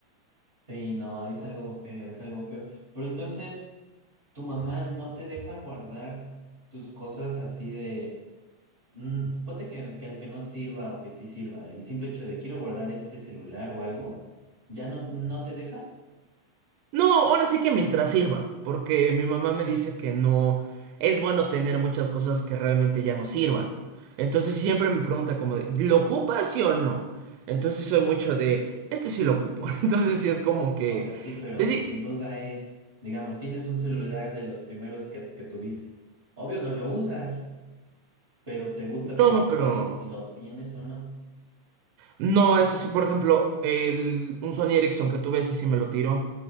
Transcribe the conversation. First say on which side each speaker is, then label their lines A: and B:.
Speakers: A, on the right; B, on the right.
A: Sí, no, es algo feo, es algo feo. Pero entonces, tu mamá no te deja guardar tus cosas así de, mm, ponte que, que, que no sirva o que sí sirva. El simple hecho de quiero guardar este celular o algo, ¿ya no, no te deja?
B: No, ahora sí que mientras sirva, porque mi mamá me dice que no es bueno tener muchas cosas que realmente ya no sirvan. Entonces siempre me pregunta como de, ¿lo ocupas sí o no? Entonces soy mucho de, esto sí lo ocupo. <laughs> Entonces sí es como que
A: O sea, sí, pero
B: te di,
A: mi duda es, digamos, tienes un celular de los primeros que, que tuviste. Obvio no lo usas, pero te gusta
B: no,
A: tenerlo
B: pero
A: ahí. ¿Lo tienes o no?
B: no, eso sí, por ejemplo, el, un Sony Ericsson que tuve, ese sí me lo tiró.